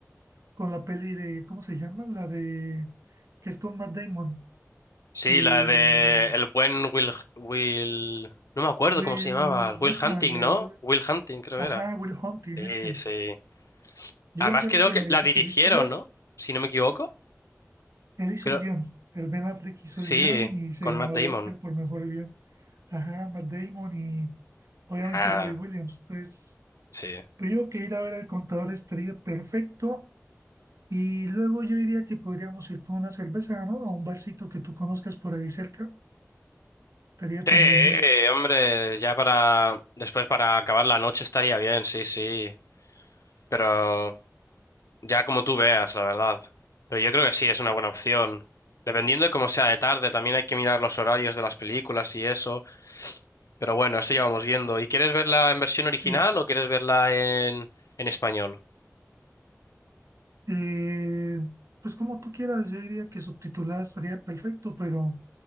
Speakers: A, on the right; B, on the left.
A: con la peli de, ¿cómo se llama? La de, que es con Matt Damon
B: Sí,
A: y
B: la de el buen Will, Will... No me acuerdo
A: Will
B: cómo se llamaba.
A: Whitman,
B: Will Hunting,
A: el,
B: ¿no? Will Hunting, creo
A: ajá,
B: era.
A: Will Hunting
B: Sí,
A: ese.
B: sí.
A: Yo
B: Además,
A: me acuerdo
B: creo
A: que
B: que
A: me vi
B: la
A: esa
B: dirigieron,
A: película,
B: ¿no? Si no me equivoco.
A: él hizo
B: Creo.
A: el guión, el Ben Affleck hizo
B: Sí,
A: el guión y se
B: con
A: ganó
B: Matt Damon.
A: el Oscar por mejor guión. Ajá, Matt Damon y Obviamente
B: Ah,
A: Robbie Williams. Entonces,
B: sí.
A: pero yo creo que ir a ver al contador estaría perfecto. Y luego yo diría que podríamos ir por una cerveza, ¿no? A un barcito que tú conozcas por ahí cerca. Estaría
B: Sí,
A: también bien.
B: hombre, ya para. Después para acabar la noche estaría bien, sí, sí. Pero ya como tú veas, la verdad. Pero yo creo que sí, es una buena opción. Dependiendo de cómo sea de tarde, también hay que mirar los horarios de las películas y eso. Pero bueno, eso ya vamos viendo. ¿Y quieres verla en versión original
A: Sí.
B: o quieres verla en, en español?
A: Eh, pues como tú quieras, yo diría que subtitulada estaría perfecto, pero